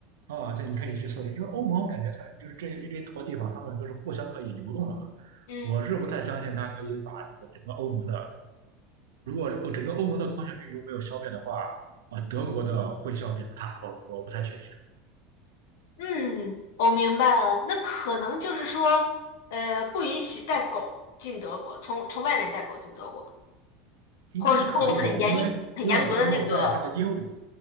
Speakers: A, on the right (about 70°); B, on the left (about 65°).
A: 啊，这你可以去搜一下，因为欧盟我感觉它就是这一这坨地方，他们都是互相可以流动的嘛。
B: 嗯
A: 我是不太相信它可以把这个整个欧盟的，如果整个欧盟的狂犬病毒没有消灭的话，啊，德国的会消灭吗？它我我不太确定。
B: 嗯，我明白了，那可能就是说，呃，不允许带狗进德国，从从外面带狗进德国，
A: 应该是可以的吧？
B: 或者是它有很严很严格的那个
A: 因为因为我朋友带他的鹦鹉，